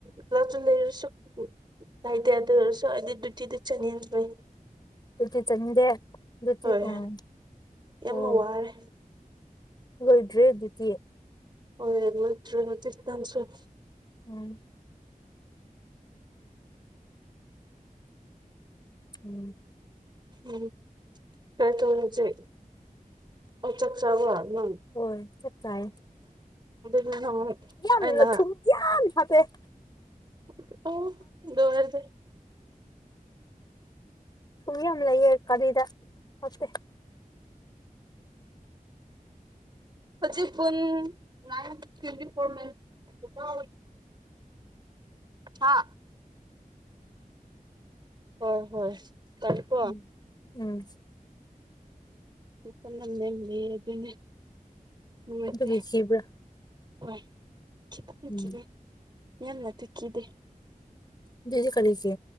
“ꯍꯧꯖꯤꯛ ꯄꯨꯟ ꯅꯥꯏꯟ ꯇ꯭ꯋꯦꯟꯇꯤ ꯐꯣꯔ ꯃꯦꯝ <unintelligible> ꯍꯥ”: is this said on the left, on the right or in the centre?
Right